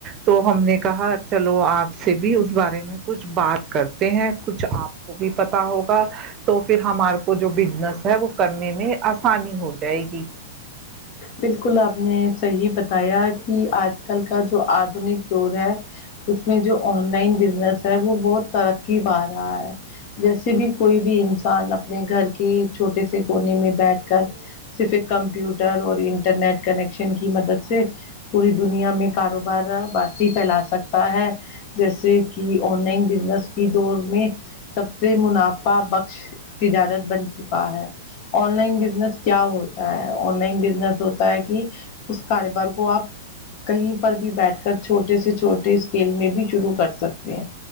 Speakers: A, on the right; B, on the left.
A: تو ہم نے کہا چلو آپ سے بھی اس بارے میں کچھ بات کرتے ہیں کچھ آپ کو بھی پتا ہوگا تو فیر ہمار کو جو بزنس ہے وہ کرنے میں آسانی ہو جائے گی
B: بالکل آپ نے صحیح بتایا کی آج کل کا جو آدنک دور ہے اس میں جو آن لائن بزنس ہے وہ بہت ترکی پا رہا ہے جیسے بھی کوئی بھی انسان اپنے گھر کی چھوٹے سے کونے میں بیٹھ کر صرف ایک کمپیوٹر اور انٹرنیٹ کنیکشن کی مدد سے پوری دنیا میں کاروبار بسی فیلا سکتا ہے جیسے کی آن لائن بزنس کی دور میں سب سے منافع بخش تجارت بن چکا ہے آن لائن بزنس کیا ہوتا ہے آن لائن بزنس ہوتا ہے کی اس کاروبار کو آپ کہیں پر بھی بیٹھ کر چھوٹے سے چھوٹے اسکیل میں بھی شروع کر سکتے ہیں